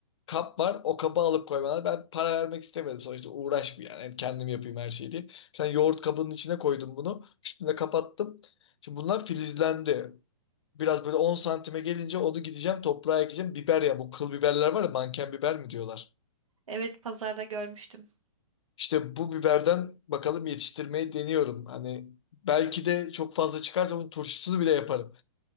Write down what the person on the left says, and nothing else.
kap var. O kabı alıp koymana ben para vermek istemedim. Sonuçta uğraşmayayım yani Yani kendim yapayım her şeyi diye. Sen yoğurt kabının içine koydum bunu. Üstüne kapattım. Şimdi bunlar filizlendi. Biraz böyle 10 santime gelince onu gideceğim toprağa ekeceğim. Biber ya bu kıl biberler var ya manken biber mi diyorlar.
İşte bu biberden bakalım yetiştirmeyi deniyorum. Hani belki de çok fazla çıkarsa bunun turşusunu bile yaparım.